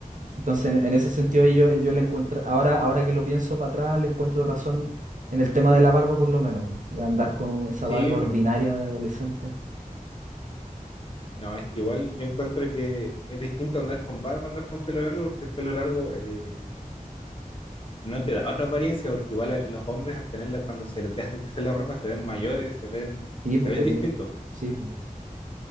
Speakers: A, on the right (about 60°); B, on the left (about 35°).
A: Entonces en, en ese sentido yo, yo le encuentro, ahora, ahora que lo pienso para atrás, le encuentro razón en el tema de la barba por lo menos. Voy a andar con esa
B: Sí,
A: barba
B: pues.
A: ordinaria de adolescente.
B: No, es que igual yo encuentro que es distinto andar con barba, andar con pelo largo, porque el pelo largo eh, no te da otra apariencia, porque igual a los hombres al tenerla, cuando se les dejan crecer la barba, se ven mayores, se ven,
A: Sí, pues
B: se ven
A: te,
B: distintos.
A: sí, pues.